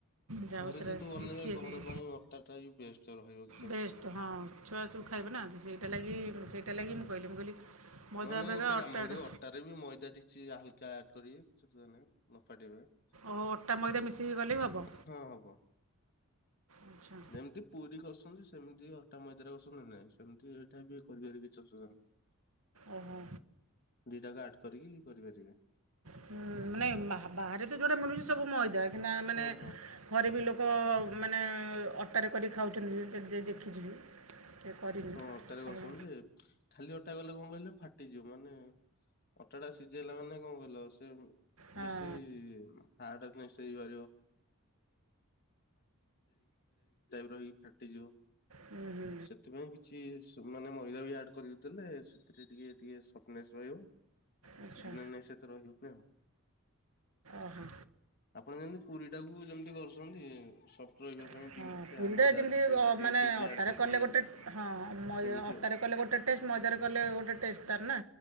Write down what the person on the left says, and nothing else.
ଘରେ
ଯେହେତୁ ବନେଇବେ
ଘର ପାଇଁ ଅଟା ଟା ବି ବେଷ୍ଟ ରହିବ କିଛି ଅସୁବିଧା
ନାହିଁ।
ହୁଁ
ନହେଲେ ନାଇଁ
ଗୋଟେ
କାମ କରିବେ ଅଟାରେ ବି ମଇଦା କିଛି ହାଲକା ଆଡ କରିବେ କିଛି ଅସୁବିଧା ନାହିଁ ନ ଫାଟିବା ପାଇଁ।
ହଁ ହବ।
ଯେମିତି ପୁରୀ କରୁଛନ୍ତି ସେମିତି ଅଟା ମଇଦାରେ ଅସୁବିଧା ନାହିଁ ସେମିତି ଏଇଟା ବି କରିବାରେ କିଛି ଅସୁବିଧା ନାହିଁ।
ଦିଟାକ ଆଡ୍ କରିକି କରିପାରିବେ।
ହଁ ହଁ
ହଁ ଅଟାରେ କରଛନ୍ତି
ଯେ ଖାଲି ଅଟା କଲେ କଣ କହିଲ ଫାଟିଯିବ ମାନେ ଅଟା ଟା ସିଝେଇଲା ମାନେ କଣ କହିଲ ସେ
ବେଶୀ ହାର୍ଡ <unintelligible> <unintelligible> ଟାଇପ ର ହେଇକିରି ଫାଟିଯିବ।
ସେଥିପାଇଁ କି ସେ ମାନେ ମଇଦା ବି ଆଡ କରିଦେଇ ଥିଲେ ସେଥିରେ ଟିକେ ଟିକେ ସଫଟନେସ୍ ରହିବ।
ଚିକିଣା ନେସ ଏତେ ରହିବନି ଆଉ।
ଆପଣ ଯେମିତି ପୁରୀ ଟାକୁ ଯେମିତି କରୁଛନ୍ତି ସପ ରହିବା ପାଇଁ
ଟିକେ କିଛି
ମଇଦା
ଆଡ କରୁଛନ୍ତି,
କିଛି
ସୁଜି
ଆଡ କରୁଛନ୍ତି।
ସେମିତି
ଆଉ